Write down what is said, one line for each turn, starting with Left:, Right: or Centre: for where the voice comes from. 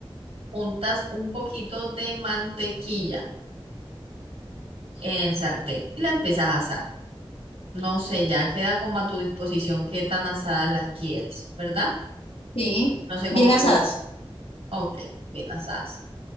Right: Untas un poquito de mantequilla en el sartén y la empiezas a asar. No sé, ya queda como a tu disposición qué tan asadas las quieres, ¿verdad?
Left: Sí,
Right: No sé
Left: bien
Right: cómo
Left: asadas.
Right: te... Ok, bien asadas.